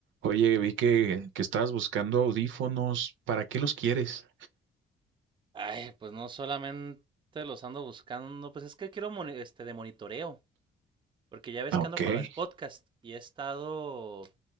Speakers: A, on the right; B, on the right.
A: Oye, vi que, que estabas buscando audífonos. ¿Para qué los quieres?
B: Ay, pues no solamente los ando buscando, pues es que quiero moni- este de monitoreo, porque ya ves
A: Ah,
B: que
A: Ok,
B: ando con el podcast y he estado,